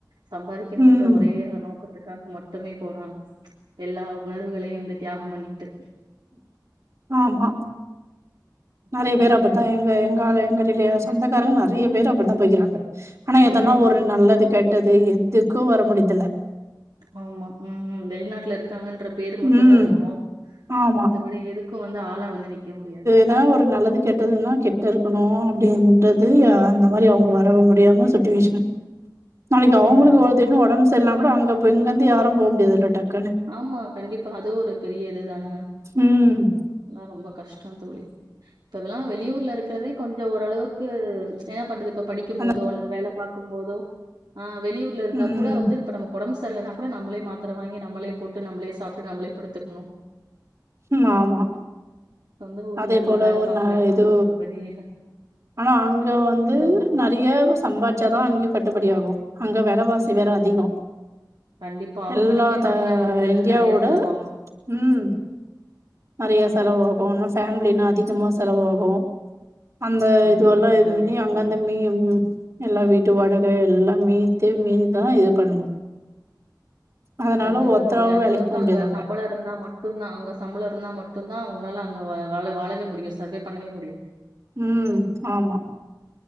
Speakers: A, on the right (about 85°); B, on the right (about 45°).
A: சம்பாதிக்கணும்ன்ற
B: ம்
A: ஒரே நோக்கத்துக்காக மட்டுமே போறாங்க எல்லா உணர்வுகளையு வந்து தியாகம் பண்ணிட்டு
B: ஆமா நெறைய
A: கண்டிப்பா
B: பேர் அப்டிதா
A: தோழி
B: எங்க எங்க ஆளு எங்க ரிலே சொந்தக்காரங்க நெறைய பேர் அப்டித்தா போய்கிறாங்க ஆனா எதனா
A: ம்
B: ஒரு நல்லது கெட்டது எதுக்கு வர முடியுதுல்ல
A: ஆமா ம் வெளிநாட்ல இருக்காங்கன்ற பேரு மட்டுந்தா
B: ம்
A: இருக்கு
B: ஆமா
A: மத்த படி எதுக்கு வந்து ஆளா வந்து நிக்க முடியாது
B: எதனா ஒரு நல்லது கெட்டதுன்னா கிட்ட இருக்கணு அப்டின்றது அந்த மாரி அவுங்க வரவே முடியாம சுச்சுவேஷன் நாளைக்கி அவுங்களுக்கு
A: கண்டிப்பா
B: ஒரு திடீர்னு ஒடம்பு சரில்லன்னா கூட அங்க இங்கந்து யாரு போ முடியாதுல்ல டக்
A: ஆமா கண்டிப்பா அதுவு ஒரு பெரிய இது தான
B: ம்
A: அதெல்லா ரொம்ப கஷ்டோ தோழி இப்ப இதெல்லா வெளியூர்ல இருக்றதே கொஞ் சோ ஓரளவுக்கு என்ன பண்றது இப்ப படிக்கும்
B: அந்த
A: போதோ அல்லது வேலை பாக்கும் போதோ ஆ வெளியூர்ல இருந்தா
B: ம்
A: கூட வந்து இப்ப நமக்கு ஒடம்பு சரில்லன்னா கூட நம்மளே மாத்தர வாங்கி நம்மளே போட்டு நம்மளே சாப்ட்டு நம்மளே படுத்துக்கணு
B: ம் ஆமா
A: சொந்த ஊர்ல
B: அதே
A: இல்ல
B: போல
A: வேலை
B: ஒரு
A: பார்க்கலன்னா,
B: நா எதோ
A: அது ஒரு பெரிய கஷ்டம்.
B: ஆனா அங்க வந்து
A: ஆமா.
B: நெறையா சம்பாரிச்சாதா அங்கயு கட்டுப்படி ஆகு அங்க வெலவாசி வேற அதிகோ
A: கண்டிப்பா. அவங்களுக்கே
B: எல்லா த
A: தனியா வந்து
B: இந்தியாவோட
A: நெறைய செலவாகும்.
B: ம் நெறையா செலவாகு இன்னா ஃபேமிலின்னா அதிகமா செலவாகு அந்த
A: ம்.
B: இதுவல்லா இது
A: கண்டிப்பா,
B: பண்ணி அங்கருந்த
A: கண்டிப்பா.
B: மீ எல்லா வீட்டு வாடகை எல்லா மீத்து மீந்துதா இது பண்ணணு அதனால
A: கண்டிப்பா
B: ஒத்தராவு
A: தோழி அந்தளவுக்கு
B: வேலைக்கு போ
A: அங்க
B: முடியாது
A: சம்பள இருந்தா மட் டுந்தா அங்க சம்பளம் இருந்தா மட்டுந்தா அவங்களால அங்க வாழ வாழவே முடியு சர்வே பண்ணவே முடியு
B: ம் ஆமா